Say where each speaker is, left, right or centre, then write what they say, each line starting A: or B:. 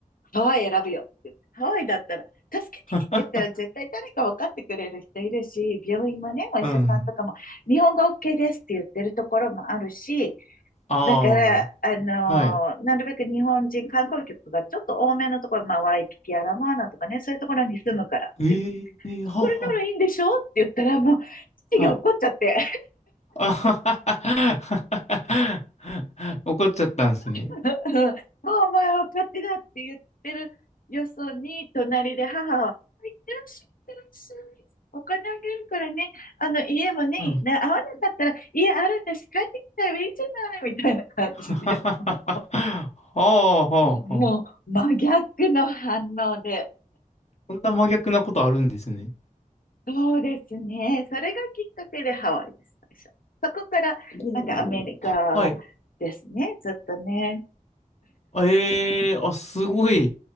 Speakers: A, on the left; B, on the left.
A: ハワイ選ぶよって言って。ハワイだったら、助けてって言ったら絶対誰か分かってくれる人いるし、
B: <laughs>
A: 病院もね、お医者さんとかも、
B: うん。
A: 日本語 OK ですって言ってるところもあるし、
B: あ
A: だから、あのーなるべく日本人観光客がちょっと多めのところ、
B: あ。はい。
A: まあ、ワイキキやラモアナとかね、そういうところに住むからって言って、
B: ええはは。
A: これならいいんでしょって言ったら、もう、父が怒っちゃって。
B: はい。<laughs> あははは。怒っちゃったんですね。
A: <laughs> もうお前は勝手だって言ってるよそに、隣で母は、いってらっしゃい、いってらっしゃい。お金あげるからね、あの家もね、
B: うん。
A: な合わなかったら家あるんだし、帰ってきたらいいじゃないみたいな感じで、
B: <laughs> ははは
A: も
B: は。はあはあはあ。
A: う、もう真逆の反応で、
B: そんな真逆なことあるんですね。
A: そうですね。それがきっかけでハワイです、最初。そこから、
B: おーはい。
A: なんかアメリカですね、ずっとね。
B: あええあ、すごい、